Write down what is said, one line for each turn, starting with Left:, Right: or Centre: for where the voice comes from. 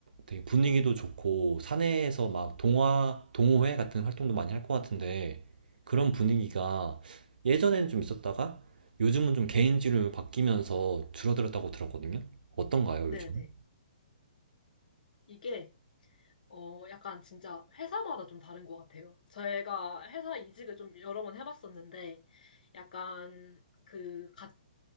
Right: 되게 분위기도 좋고 사내에서 막 동화 동호회 같은 활동도 많이 할 것 같은데 그런 분위기가 예전에는 좀 있었다가 요즘은 좀 개인주의로 바뀌면서 줄어들었다고 들었거든요. 어떤가요,
Left: 네네.
Right: 요즘?
Left: 이게 어, 약간 진짜 회사마다 좀 다른 것 같아요. 제가 회사 이직을 좀 여러 번 해봤었는데, 약간 그, 가,